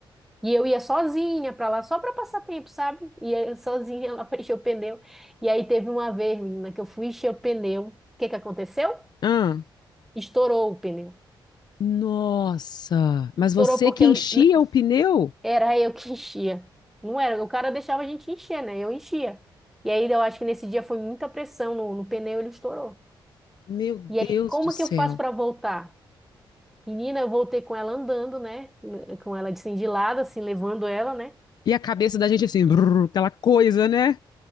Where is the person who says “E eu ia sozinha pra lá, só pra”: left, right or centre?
Centre